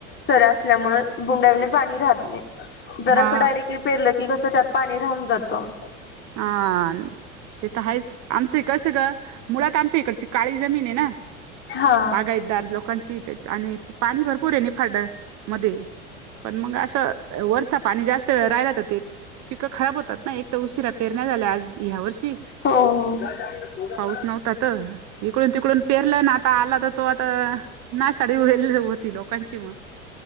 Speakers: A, on the left; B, on the right.
A: सऱ्या असल्यामुळे बुंडावीने पाणी राहत नाही जर
B: हा
A: असं डायरेक्टली पेरलं की कसं त्यात पाणी राहून जातं.
B: ह. ते तर आहेच आमचं कसं ग मुळात आमच्या इकडची काळी जमीन आहे ना,
A: हा
B: बागायतदार लोकांची त्या आणि पाणी भरपूर आहे निफाड मध्ये. पण मग असं वरचा पाणी जास्त वेळ राहिला तर ते पिकं खराब होतात ना एक तर उशीरत. पेरण्या झाल्या आज ह्या वर्षी
A: हो हो.
B: पाऊस नव्हता तर. इिकडून तिकडून पेरलं ना आता आला तर तो आता, नासाडी होईल होती लोकांची मग